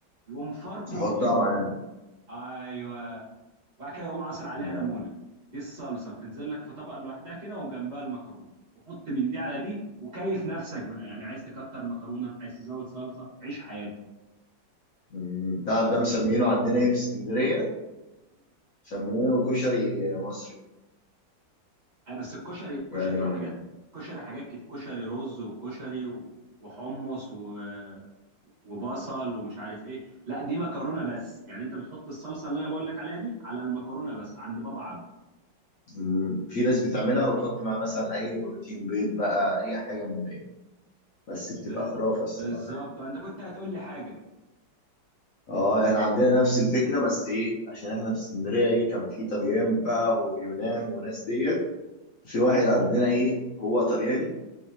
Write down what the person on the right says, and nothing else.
يقوم فاركه
بايده
ايوه وبعد كده يقوم عصر عليها
ليمونه دي الصلصه بتنزل لك في طبق لوحدها كده وجنبها المكرونه وحط من دي على دي وكيف نفسك بقى يعني عايز تكتر مكرونه عايز تزود صلصه عيش حياتك
أي بس الكشري كشري
حاجات كشري حاجات كتير كشري رز وكشري و- وحمص و... وبصل ومش عارف ايه لا دي مكرونة بس يعني انت بتحط الصلصة اللي انا بقول لك عليها دي على المكرونة بس عند بابا عبده
بس
بالظبط
انت كنت هتقول لي حاجة